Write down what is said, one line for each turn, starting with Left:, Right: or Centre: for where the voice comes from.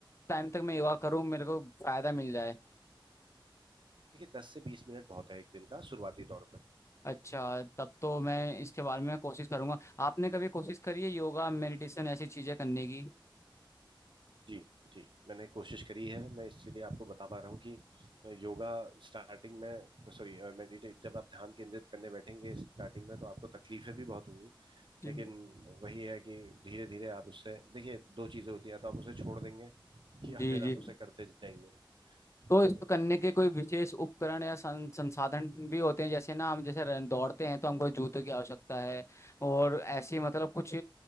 Left: टाइम तक मैं योगा करूँ मेरे को फायदा मिल जाए
Right: देखिए 10 से 20 मिनट बहुत है एक दिन का शुरुआती तौर पर
Left: अच्छा तब तो मैं इसके बारे में कोशिश करूंगा आपने कभी कोशिश करी है योगा मेडिटेशन ऐसी चीजें करने की
Right: जी जी मैंने कोशिश करी है मैं इसलिए आपको बता पा रहा हूँ कि योगा स्टार्टिंग में सॉरी मेडिटेट जब आप ध्यान केंद्रित करने बैठेंगे स्टार्टिंग में तो आपको तकलीफें भी बहुत होंगी
Left: जी
Right: लेकिन वही है कि धीरे धीरे आप उससे देखिए दो चीजें होती हैं या तो आप उसे छोड़ देंगे या
Left: जी
Right: फिर
Left: जी
Right: आप उसे करते जाएंगे तो
Left: तो इसको करने के कोई विशेष उपकरण या सं, संसाधन भी होते हैं जैसे ना हम जैसे रन- दौड़ते हैं तो हमको जूते की आवश्यकता है और ऐसी मतलब कुछ